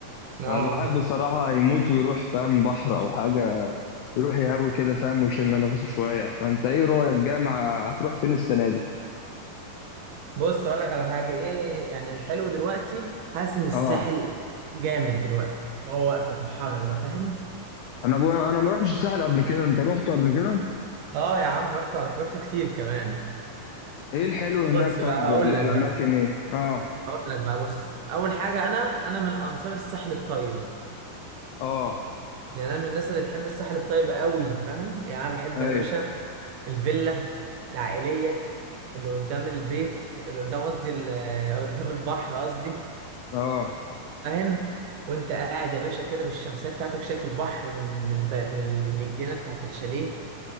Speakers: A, on the right; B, on the left.
A: اه
B: فالواحد
A: والله
B: بصراحة هيموت ويروح فاهم بحر أو حاجة يروح يهوي كده فاهم ويشم نفسه شوية فأنت إيه رأيك جامعة هتروح فين السنة دي؟
A: بص اقول لك على حاجه ايه يعني الحلو دلوقتي حاسس ان الساحل
B: آه
A: جامد دلوقتي هو وقته في الحر ده فاهم
B: أنا بقول أنا ما رحتش الساحل قبل كده أنت رحت قبل كده؟
A: اه يا عم رحت رحت كتير كمان
B: إيه الحلو هناك
A: بص
B: طب
A: بقى
B: ولا
A: هقول لك
B: الأماكن
A: بقى
B: إيه؟ آه
A: هقول لك بقى بص اول حاجه انا انا من انصار الساحل الطيب
B: آه
A: يعني انا من الناس اللي تحب الساحل الطيب قوي فاهم يعني انا بحب
B: أيوه
A: يا باشا الفيلا العائليه اللي قدام البيت اللي قدام قصدي ال- <laughs> قدام البحر قصدي
B: آه
A: فاهم وانت قاعد يا باشا كده بالشمسيه بتاعتك شايف البحر من من الب... من, ال... من الجنه بتاعت الشاليه